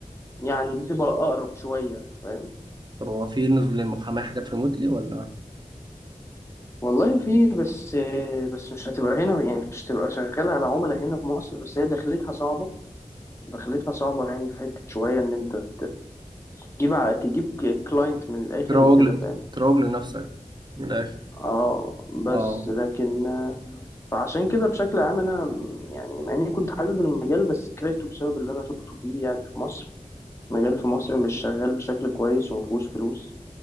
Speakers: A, on the left; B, on the right.
A: يعني دي تبقى اقرب شويه فاهم
B: طب هو في نزول للمحاماة حاجات ريموتلي ولا
A: والله في بس آه، بس مش هتبقى هنا يعني مش هتبقى شغاله على عملاء هنا في مصر بس هي دخلتها صعبه دخلتها صعبه يعني في حته شويه ان انت تجيب ع- تجيب كلاينت من الاخر
B: تروج
A: وكده
B: ل-
A: فاهم
B: تروج لنفسك من الآخر
A: اه بس
B: اه
A: لكن آه، فعشان كده بشكل عام انا م- يعني مع اني كنت حابب المجال بس كرهته بسبب اللي انا شفته فيه يعني في مصر مجال في مصر مش شغال بشكل كويس ومفيهوش فلوس